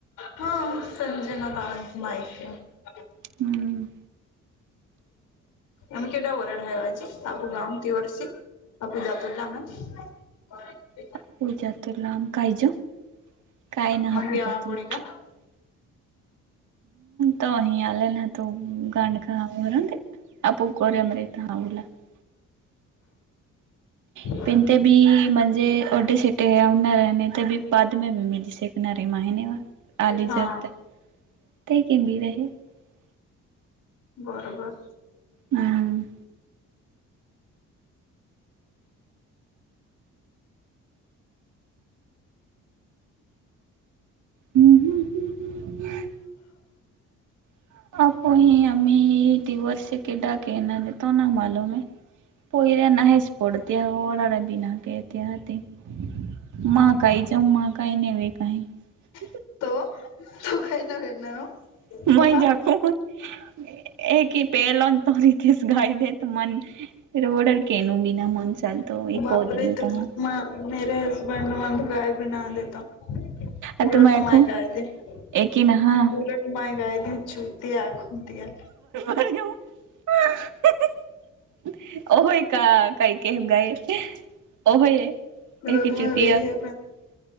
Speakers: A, on the left; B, on the right.
A: हा संजना दज मायक <unintelligible>
B: हम्म
A: आम केटा वरडायवाज आपू गम ती वर्ष <unintelligible> <unintelligible>
B: <unintelligible>
A: म्हणवी आवा कोणी का
B: <unintelligible>
A: हम
B: <unintelligible>
A: हा
B: जर तर <unintelligible>
A: बरोबर
B: हम्म हम्म हम्म हम्म हम् ह <unintelligible> <unintelligible> <unintelligible>
A: <unintelligible>
B: <unintelligible>
A: कहा
B: <unintelligible>
A: बापरे
B: ओजरी होता
A: तु
B: हा
A: म <unintelligible> <unintelligible>
B: आता मय आखू एकीन
A: <unintelligible>
B: हा <unintelligible> <unintelligible>
A: रग मे वेहे